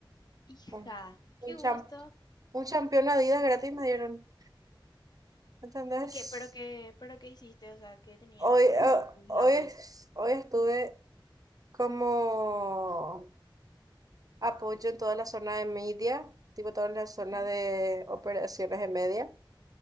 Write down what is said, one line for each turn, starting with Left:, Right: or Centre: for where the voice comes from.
Left: Hija,
Right: Un,
Left: qué
Right: un
Left: gusto.
Right: champ, un campeón Adidas gratis me dieron. ¿Entendés?
Left: ¿Y qué? ¿Pero qué? ¿Pero qué hiciste? O sea, ¿qué tenía?
Right: Hoy,
Left: ¿Cuáles
Right: eh,
Left: eran tus
Right: hoy,
Left: labores?
Right: hoy estuve como apoyo en toda la zona de media, tipo toda la zona
Left: Ujú,
Right: de operaciones de media.